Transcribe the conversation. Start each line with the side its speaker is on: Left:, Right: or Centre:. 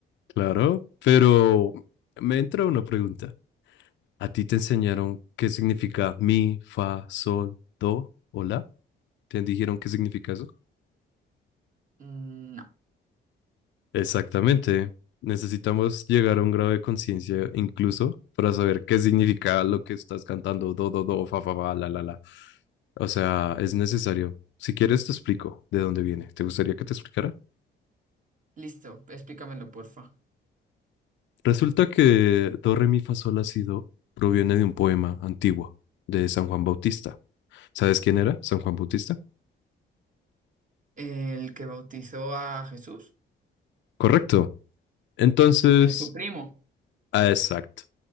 Left: Claro, pero me entra una pregunta. ¿A ti te enseñaron qué significa mi, fa, sol, do o la? ¿Te dijeron qué significa eso?
Right: Mm, No.
Left: Exactamente. Necesitamos llegar a un grado de conciencia incluso para saber qué significa lo que estás cantando, do, do, do, fa, fa, fa, la, la, la. O sea, es necesario. Si quieres, te explico de dónde viene. ¿Te gustaría que te explicara?
Right: Listo, explícamelo, porfa.
Left: Resulta que Do, Re, Mi, Fa, Sol, La, Si, Do proviene de un poema antiguo de San Juan Bautista. ¿Sabes quién era San Juan Bautista?
Right: El que bautizó a Jesús,
Left: Correcto. Entonces,
Right: el su primo.
Left: Ah, exacto.